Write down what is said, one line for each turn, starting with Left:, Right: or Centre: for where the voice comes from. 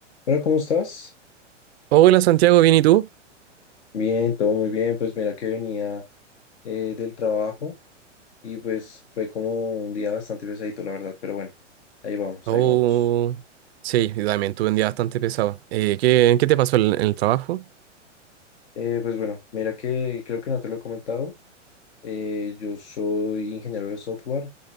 Left: Hola, ¿cómo estás?
Right: Hola Santiago, ¿bien y tú?
Left: Bien, todo muy bien. Pues mira que venía eh, del trabajo y pues fue como un día bastante pesadito, la verdad, pero bueno, ahí vamos,
Right: Oh,
Left: ahí vamos.
Right: sí, yo también tuve un día bastante pesado. Eh, ¿qué, qué te pasó en, en el trabajo?
Left: Eh, pues bueno, mira que creo que no te lo he comentado. eh, yo soy ingeniero de software,